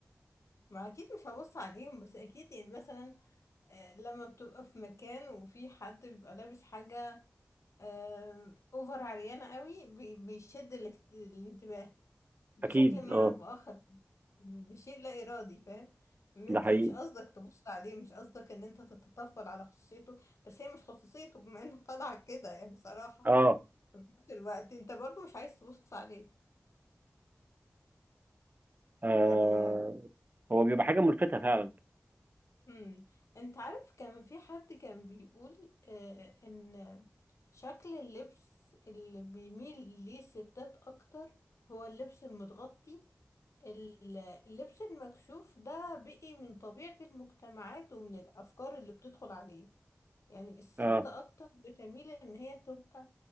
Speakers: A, on the left; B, on the right.
A: ما اكيد مش هبص عليهم بس اكيد يعني مثلا آه، لما بتبقى في مكان وفي حد بيبقى لابس حاجه آه، اوفر عريانة قوي بي- بيشد الاكت- الانتباه بشكل
B: اكيد
A: ما
B: اه
A: او باخر بشيء لا ارادي فاهم م- انت
B: ده حقيقي
A: مش قصدك تبص عليه مش قصدك ان انت تتطفل على خصوصيته بس هي مش خصوصيته بما انه طلع كده يعني بصراحة
B: اه
A: في نفس الوقت انت برضو مش عايز تبص عليه
B: آه،
A: يعني
B: هو بيبقى حاجه ملفته فعلا
A: امم انت عارف كان في حد كان بيقول آه ان شكل اللبس اللي بيميل ليه الستات اكتر هو اللبس المتغطي ال- اللبس المكشوف ده بقي من طبيعة المجتمعات ومن الافكار اللي بتدخل عليه يعني الست
B: اه
A: اكتر بتميل ان هي تبقى